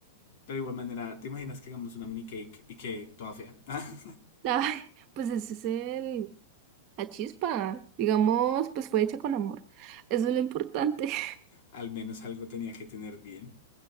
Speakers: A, on the left; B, on the right.
A: Pero de igual manera, ¿te imaginas que hagamos una mini cake y que toda fea? <laughs>
B: <laughs> Ay, pues ese es el, la chispa, digamos, pues fue hecha con amor. Eso es lo importante. <laughs>
A: Al menos algo tenía que tener bien.